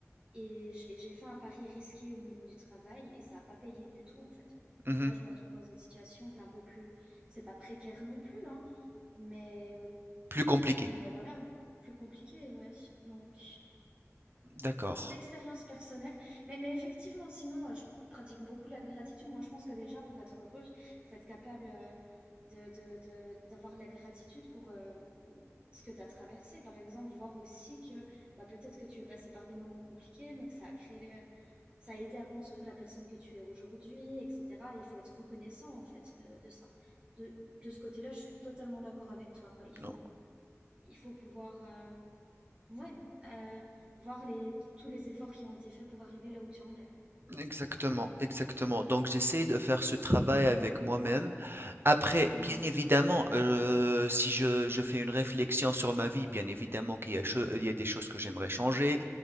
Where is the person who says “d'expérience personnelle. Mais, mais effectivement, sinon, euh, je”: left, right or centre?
Right